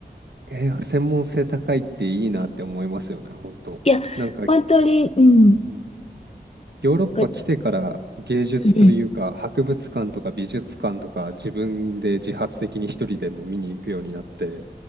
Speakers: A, on the right (about 70°); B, on the left (about 35°).
A: えー専門性高いっていいなって思いますよね、本当。
B: いや、
A: なんか、う
B: 本当に、うん。
A: んヨーロッパ来てから芸術というか、
B: なんかうんうん。い
A: 博物館とか美術館とか自分で自発的に一人でも見に行くようになって、